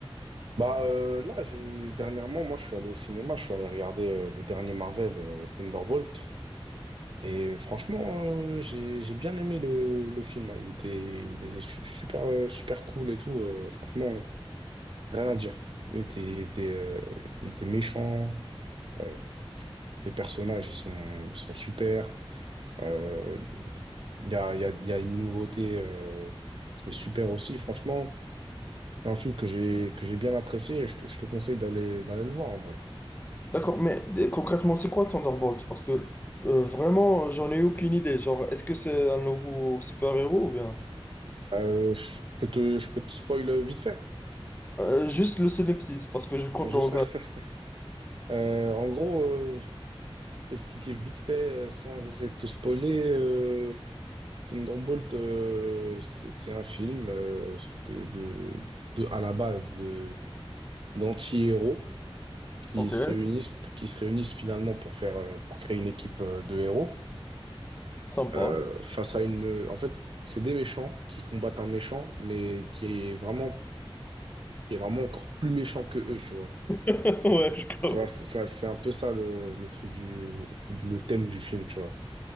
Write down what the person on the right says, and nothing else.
Bah euh, là, j'ai- dernièrement, moi, je suis allé au cinéma, je suis allé regarder euh, le dernier Marvel, euh, Thunderbolt. Et franchement, euh, j'ai j'ai bien aimé le, le film. hein. Il était, il était su- super, euh, super cool et tout. euh, franchement, rien à dire. Il était, il était, euh, il était méchant. euh, les personnages, ils sont, ils sont super. Euh, Il y a, il y a, il y a une nouveauté euh, qui est super aussi. Franchement, c'est un film que j'ai que j'ai bien apprécié et je te, je te conseille d'aller d'aller le voir en vrai.
Euh, je je peux te, je peux te spoil vite fait.
Juste,
<laughs> euh, en gros, euh, t'expliquer vite fait euh, sans essayer de te spoiler. Euh, Thunderbolt, euh, c'est c'est un film euh, de, de, de- à la base de d'anti-héros qui
se réunissent qui se réunissent finalement pour faire euh, pour créer une équipe euh, de héros.
euh, face à une... me- En fait, c'est des méchants qui combattent un méchant, mais qui est vraiment, qui est vraiment encore plus méchant que eux, tu vois.
C'est-
Tu vois, c'est c'est- un c'est un peu ça le, le truc du... le thème du film, tu vois.